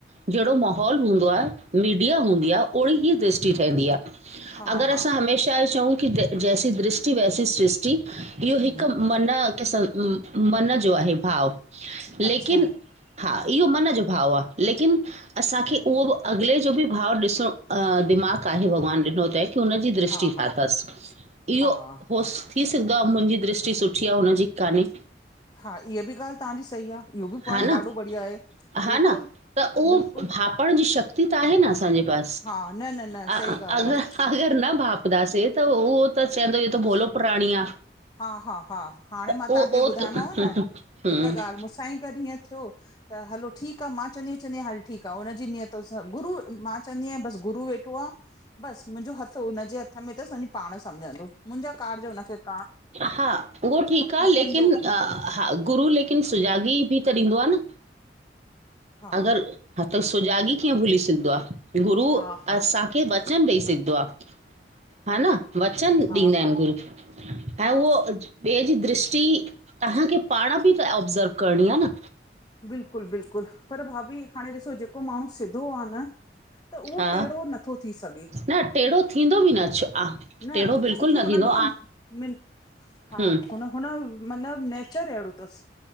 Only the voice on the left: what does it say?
हा
हा
हा
हम्म
अच्छा
हा हा
हा
हा इह्य बि ॻाल्हि तहांजी सही आ इहो बि पॉइंट
ॾाढो बढ़िया आहे
बिल्कुल
बिल्कुल
हा न न न सही
ॻाल्हि आ
अस
हा हा हा हाणे मां
तव्हांखे
ॿुधायोमांव
न
हिकु ॻाल्ह मूंसां ई गॾु ईएंं थियो। त हलो ठीक आहे चंदीयां चंदी आय हल ठीक आहे हुनजीनियत गुरु मां चवंदी आहियां बि गुररु वेठा -- ठो बस मुंहिंजो हथ हुनजे हथ में अथस वञी पाण सम्झंदो मुंहिंजा कारज हुनखे --
कंदो
बि
हा
हा हा
हा
हा
हा
बिल्कुल बिल्कुल पर भाभी हाणे ॾिसो जेको माण्हू सिधो आहे न -- त उहो
टेढ़ो नथो थी सघे।
न
छोकी
हुनजो
मिन हा
हुन हुन मतलब नेचर अहिड़ो अथस।